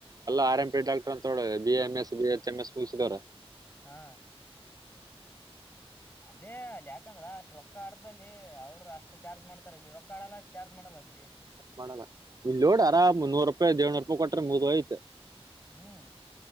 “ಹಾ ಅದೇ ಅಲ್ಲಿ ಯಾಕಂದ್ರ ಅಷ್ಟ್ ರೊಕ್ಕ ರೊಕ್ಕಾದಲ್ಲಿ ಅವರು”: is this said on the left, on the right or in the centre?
Left